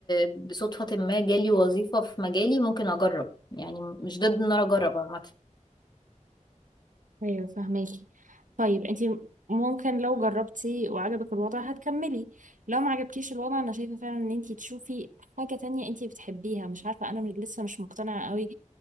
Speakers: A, on the left; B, on the right.
A: بصدفه ما جالي وظيفه في مجالي ممكن اجرب يعني مش ضد ان انا اجرب عامه
B: ايوه فاهماكي طيب انتي ممكن لو جربتي وعجبك الوضع هتكملي لو ما عجبكيش الوضع انا شايفه فعلا ان انتي تشوفي حاجه تانية انتي بتحبيها مش عارفه انا من- لسه مش مقتنعه قوي